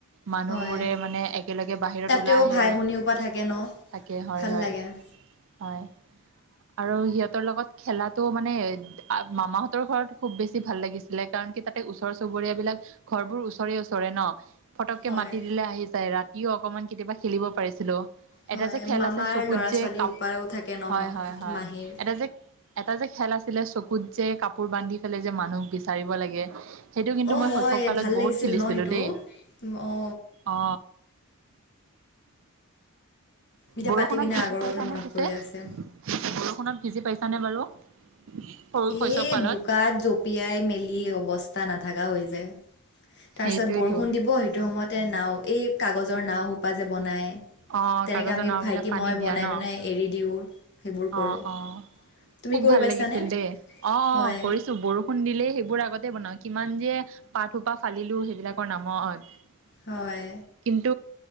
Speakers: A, on the right; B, on the left.
A: মানুহবোৰে
B: হয়।
A: মানে একেলগে বাহিৰত
B: তাতেও
A: ওলাই আহে
B: ভাই ভনী সোপা থাকে
A: <inaudible>
B: ন
A: থাকে হয়
B: ভাল
A: হয়
B: লাগে।
A: হয় আৰু সিহঁতৰ লগত খেলাত তো মানে মামাহঁতৰ ঘৰত খুব বেছি ভাল লাগিছিলে কাৰণ কি তাতে ওচৰ চুবুৰীয়া বিলাক ঘৰবোৰ ওচৰে ওচৰে ন ফটককে
B: হয়।
A: মাতি দিলে আহি যায় ৰাতিও অকনমান কেতিয়াবা খেলিব পাৰিছিলো
B: হয়
A: এটা যে খেল
B: মামাৰ
A: আছে চকুত
B: ল'ৰা
A: যে
B: ছোৱালী
A: কাপ
B: সোপাও থাকে ন
A: হয়
B: মা
A: হয় হয়
B: মাহীৰ
A: এটা যে এটা যে খেল আছিলে চকুত যে কাপোৰ বান্ধি ফেলাই যে মানুহ বিচাৰিব লাগে সেইটো কিন্তু
B: অ
A: মই
B: হয়
A: শৈশৱ কালত
B: ভাল
A: বহুত
B: লাগিছিল
A: খেলিছিলোঁ
B: ন সেইটো
A: দেই
B: অ
A: অ
B: এতিয়া
A: বৰষুণত
B: পাতি পিনে
A: ভিজি
B: আগৰ
A: পাইছানে
B: কথা মনত
A: পিছে
B: পৰি
A: বৰষুণত
B: আছে
A: ভিজি পাইছানে বাৰু সৰু শৈশৱ
B: এই
A: কালত
B: বোকাত জঁপিয়াই মেলি অৱস্থা নাথাকা হৈ যায় তাৰ
A: সেইটোৱেতো
B: পিছত বৰষুণ দিব সেইটো সময়তে নাও এই কাগজৰ নাও সোপা যে বনাই
A: অ',
B: তেনেকে
A: কাগজৰ
B: আমি
A: নাওবিলাক
B: ভাইটি
A: পানীত
B: মই
A: দিয়া
B: বনাই
A: ন
B: পেলে এৰি দিওঁ সেইবোৰ কৰোঁ
A: অ অ
B: তুমি
A: খুব
B: কৰি
A: ভাল
B: পাইছানে?
A: লাগিছিল দেই অ
B: হয়।
A: অ কৰিছো বৰষুণ দিলেই সেইবোৰ আগতে বনাও কিমান যে পাত সোপা ফালিলো সেইবিলাকৰ নামত
B: হয়।
A: <inaudible> কিন্ত